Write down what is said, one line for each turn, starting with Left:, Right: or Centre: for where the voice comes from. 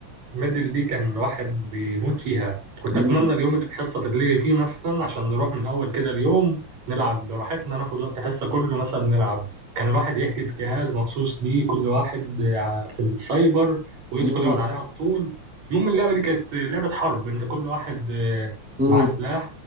Right: الميدل دي كان الواحد بيموت فيها كنت
Centre: امم
Right: اتمنى اليوم اللي الحصه تتلغي فيه مثلا عشان نروح من اول كده اليوم نلعب براحتنا ناخد وقت الحصه كله مثلا نلعب كان الواحد يحجز جهاز مخصوص ليه كل واحد ع- في السايبر ويدخل
Centre: امم
Right: يقعد عليه على طول المهم اللعبه دي كانت لعبه حرب انت كل واحد آه،
Centre: امم
Right: معاه سلاح